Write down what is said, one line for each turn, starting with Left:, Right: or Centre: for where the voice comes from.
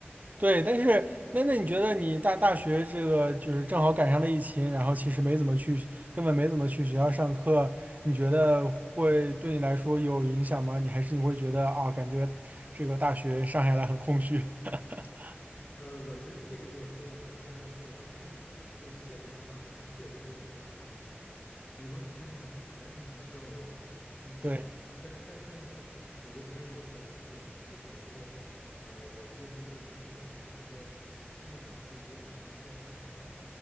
Right: 对，但是那那你觉得你大大学这个就是正好赶上了疫情，然后其实没怎么去，根本没怎么去学校上课，你觉得会对你来说有影响吗？你还是你会觉得啊，感觉这个大学上下来很空虚？<laughs>
Left: 呃，我觉得这个就是说到咱们刚才说的，其实这个线上办公确实有它好的一面，比如说你跟着完全没有交流比，你肯定要好，
Right: 对，
Left: 但是但但是我觉得它也有它的局限性，就是比如说，呃，我其实可以说的明确点，就是比如说期末考试，如果你放在线上的话，